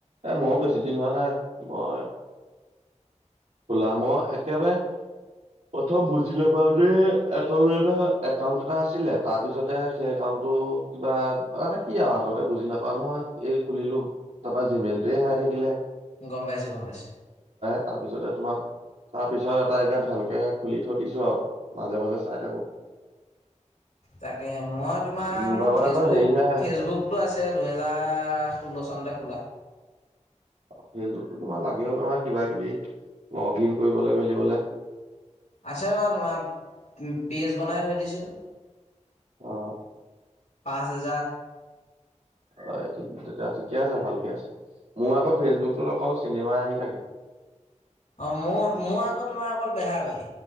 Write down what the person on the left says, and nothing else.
গম পাইছোঁ গম পাইছোঁ
তাকে মই তোমাৰ
মোক
ফেচবুক
ফেচবুকটো আছে দুহেজাৰ ষোল্ল চনতে খোলা
আছে বাৰু তোমাৰ পেজ বনাই থৈ দিছোঁ
পাঁচ হাজা
অ মোৰ মোৰ আকৌ তোমাৰ অকল বেহাৰবাৰী